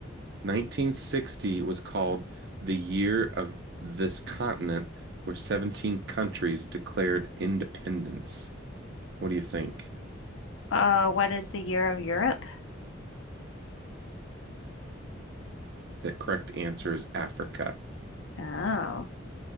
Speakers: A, on the right (about 60°); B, on the left (about 70°).
A: 1960 was called the year of this continent, where 17 countries declared independence. What do you think?
B: Uh, what is the year of Europe?
A: The correct answer is Africa.
B: Oh,